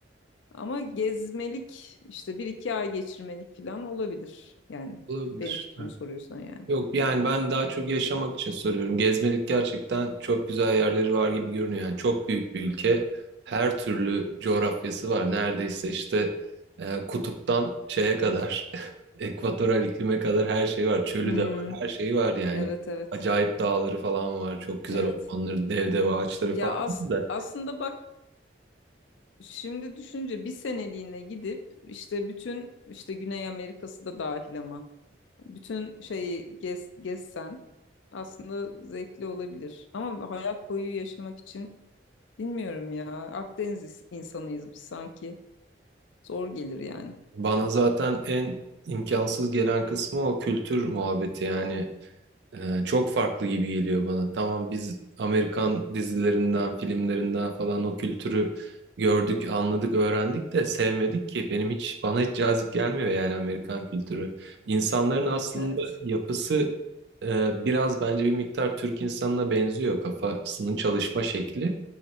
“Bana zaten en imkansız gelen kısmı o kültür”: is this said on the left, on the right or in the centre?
Right